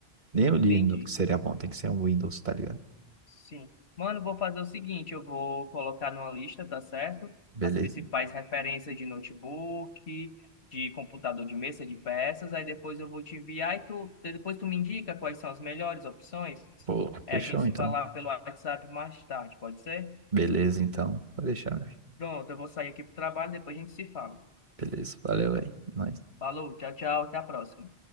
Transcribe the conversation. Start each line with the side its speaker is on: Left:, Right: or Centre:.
Right: Nem o
Left: entendi.
Right: Linux seria bom, tem que ser um Windows, tá ligado?
Left: Sim. Mano, vou fazer o seguinte, eu vou colocar numa lista, tá certo?
Right: Beleza?
Left: As principais referências de notebook, de computador de mesa, de peças, aí depois eu vou te enviar e tu, depois tu me indica quais são as melhores opções.
Right: Pô,
Left: É,
Right: fechou
Left: a gente se
Right: então.
Left: falar pelo WhatsApp mais tarde, pode ser?
Right: Beleza então, vou deixar, meu filho.
Left: Pronto, eu vou sair aqui pro trabalho, depois a gente se fala.
Right: Beleza, valeu aí. É nóis.
Left: Falou, tchau, tchau, até a próxima.